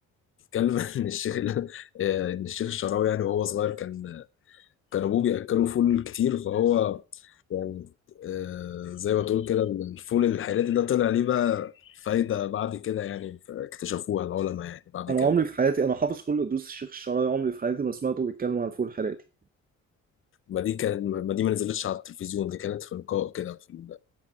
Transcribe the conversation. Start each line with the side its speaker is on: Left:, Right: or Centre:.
Left: اتكلم <laughs> ان الشيخ ال- آه، ان الشيخ الشعراوي يعني وهو صغير كان كان ابوه بياكله فول كتير فهو يعني آه، زي ما تقول كده الفول الحراتي ده طلع ليه بقى فايدة بعد كده يعني اكتشفوها العلماء يعني بعد
Right: انا
Left: كده
Right: عمري في حياتي انا حافظ كل دروس الشيخ الشعراوي عمري في حياتي ما سمعته بيتكلم عن الفول حراتي
Left: ما دي كان ما دي ما نزلتش على التلفزيون دي كانت في لقاء كده في ال...